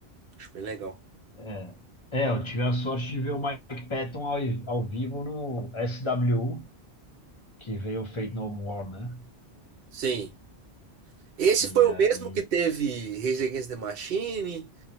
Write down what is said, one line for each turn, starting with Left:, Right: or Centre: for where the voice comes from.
Right: acho bem legal.
Left: É, É, eu tive a sorte de ver o Mike Patton ao, ao vivo no SWU, que veio o Faith No More, né?
Right: Sim, esse
Left: E
Right: foi o
Left: aí.
Right: mesmo que teve Rage Against the Machine,